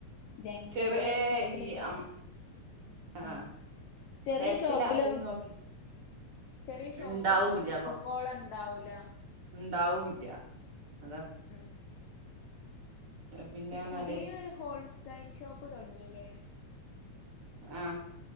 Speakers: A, on the left (about 70°); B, on the right (about 55°).
A: ജംഗ്ഷനത്തെ
B: ചെറിയ
A: ഷോപ്പിലൊക്കെ
B: ഈ
A: പോയാ
B: അം ആഹ്
A: ആ ചെറിയ
B: തെരക്കില്ലാത്തത്
A: ഷോപ്പിലൊന്നും
B: നോക്കി
A: ചെറിയ ഷോപ്പിലൊന്നും
B: ഇണ്ടാവൂല്ല
A: കൊക്കകോള ണ്ടാവൂല
B: ണ്ടാവുല്ല്യ അതാ
A: ഉം
B: പിന്നെന്നാല്
A: ഈ പുതിയ ഒരു ഹോൾസൈ ഷോപ്പ് തുടങ്ങില്ലേ?
B: ആഹാ